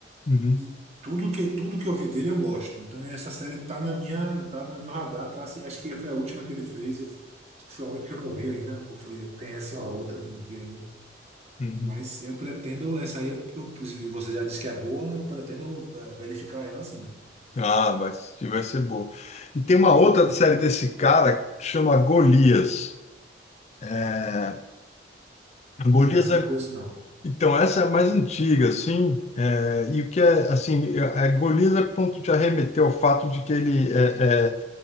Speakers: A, on the left; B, on the right.
A: Uhum,
B: e tudo que, tudo que eu vi dele eu gosto. Então, essa série tá na minha, tava no meu radar para acho que foi a última que ele fez, e acho que foi a única que eu não vi ainda, ou foi, tem essa e uma outra que eu não vi ainda.
A: uhum.
B: Mas eu pretendo, essa aí, eu, eu- se você já disse que é boa, eu pretendo é, verificar ela sim.
A: Ah, vai, assistir, vai ser boa. E tem uma outra série desse cara que chama Golias. É, Golias
B: Essa
A: é.
B: eu não conheço, não.
A: Então, essa é a mais antiga, assim. é, E o que é, assim, é, é, Golias é ponto de arremeter ao fato de que ele é, é,